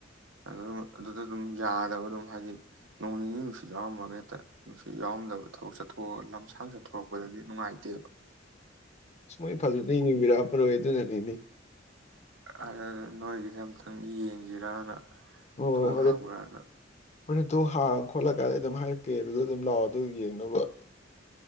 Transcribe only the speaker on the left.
ꯁꯃꯣꯏ ꯐꯥꯖꯕꯤꯔꯥꯝ ꯐꯔꯣꯏ ꯑꯗꯨꯅꯅꯤꯅꯤ
ꯍꯣꯏ
ꯍꯣꯏ
ꯍꯣꯔꯦꯟ ꯊꯣ ꯍꯥꯡꯉ ꯈꯣꯠꯂꯀꯥꯟꯗ ꯑꯩ ꯑꯗꯨꯝ ꯍꯥꯏꯔꯛꯀꯦ ꯑꯗꯨꯗ ꯑꯗꯨꯝ ꯂꯥꯛꯑꯣ ꯑꯗꯨ ꯌꯦꯡꯅꯕ